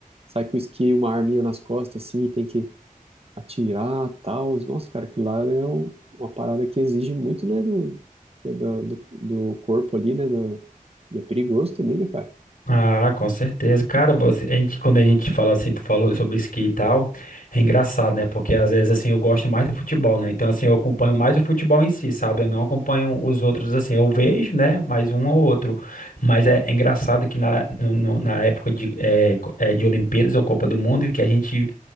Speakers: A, on the right; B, on the left.
A: saem com o esqui e uma arminha nas costas, assim, e tem que atirar tal. Nossa, cara, aquilo lá é um- uma parada que exige muito, né, do, do, do, do corpo ali, né? Do, e é perigoso também, né, cara?
B: Ah, com certeza. Cara, você, a gente, quando a gente fala assim, tu falou sobre esqui e tal, é engraçado, né? Porque às vezes assim eu gosto mais do futebol, né? Então assim, eu acompanho mais o futebol em si, sabe? Eu não acompanho os outros assim. Eu vejo, né? Mais um ou outro. Mas é, é engraçado que na, no- no- na época de, eh, co- eh, de Olimpíadas ou Copa do Mundo, que a gente